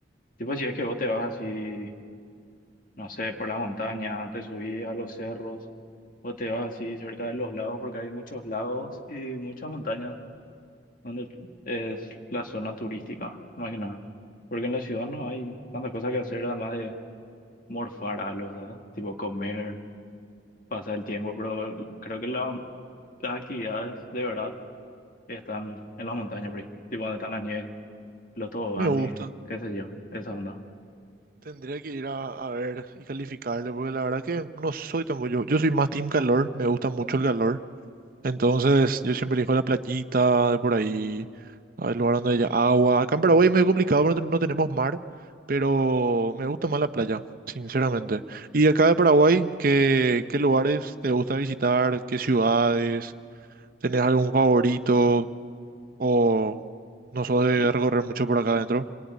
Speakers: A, on the left; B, on the right.
A: Tipo si es que vos te vas así, no sé, por la montaña, te subís a los cerros, o te vas así cerca de los lagos, porque hay muchos lagos y muchas montañas. donde es la zona turística, más que nada. Porque en la ciudad no hay tantas cosas que hacer, además de morfar algo, ¿sabes? Tipo comer, pasar el tiempo, pero creo que la- las actividades de verdad están en las montañas, por ahí. Tipo donde están las nieves, los toboganes,
B: Me gusta.
A: qué sé yo, esa onda.
B: Tendría que ir a, a ver y calificarle, porque la verdad que no soy tan bueno, yo. Yo soy más team calor, me gusta mucho el calor. Entonces, yo siempre elijo la playita de por ahí Ah, El lugar donde haya agua. Acá en Paraguay es medio complicado porque no tenemos mar, pero me gusta más la playa, sinceramente. ¿Y acá de Paraguay, qué, qué lugares te gusta visitar? ¿Qué ciudades? ¿Tenés algún favorito? ¿O no sos de
A: Y,
B: recorrer mucho por acá adentro?